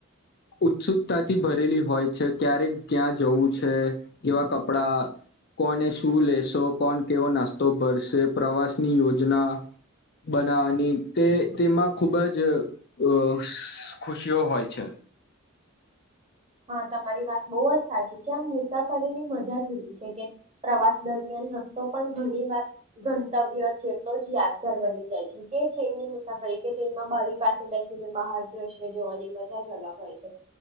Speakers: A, on the left; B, on the right.
A: ઉત્સુકતાથી ભરેલી હોય છે. ક્યારેક ક્યાં જવું છે કેવા કપડા કોને શું લેશો કોણ કેવો નાસ્તો ભરશે પ્રવાસની યોજના બનાવાની તે તેમાં ખૂબ જ અ‌ શુ ખુશીઓ હોય છે.
B: હા તમારી વાત બહુ જ સાચી કે આમ મુસાફરીની મજા જુદી છે કે પ્રવાસ દરમિયાન રસ્તો પણ ઘણી વાર ગંતવ્ય જેટલો જ યાદગાર બની જાય છે કે ટ્રેનની મુસાફરી કે ટ્રેનમાં બારી પાસે બેસીને બહાર દ્રશ્ય જોવાની મજા જ અલગ હોય છે.